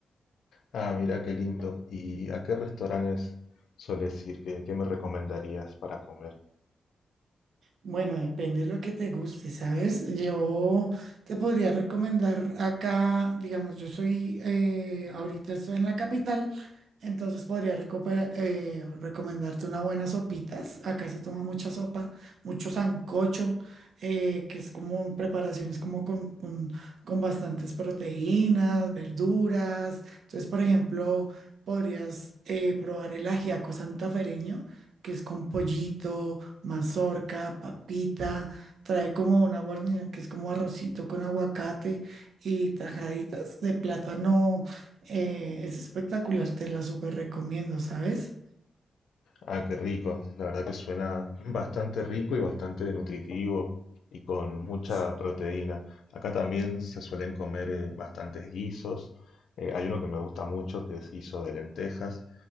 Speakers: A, on the left; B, on the right.
A: Ah, mira qué lindo. ¿Y a qué restaurantes sueles ir? ¿Qué, qué me recomendarías para comer?
B: Bueno, depende de lo que te guste, ¿sabes? Yo te podría recomendar acá, digamos, yo soy, eh, ahorita estoy en la capital, entonces podría recuperar- eh, recomendarte unas buenas sopitas. Acá se toma mucha sopa, mucho sancocho, eh, que es como preparaciones como con, con, con bastantes proteínas, verduras. Entonces, por ejemplo, podrías eh, probar el ajiaco santafereño que es con pollito, mazorca, papita, trae como una guarnición que es como arrocito con aguacate y tajaditas de plátano. eh, es espectacular, te la súper recomiendo, ¿sabes?
A: Ah, qué rico. La verdad que suena bastante rico y bastante nutritivo y con mucha
B: S-
A: proteína. Acá también se suelen comer eh, bastantes guisos. Eh, hay uno que me gusta mucho que es guiso de lentejas,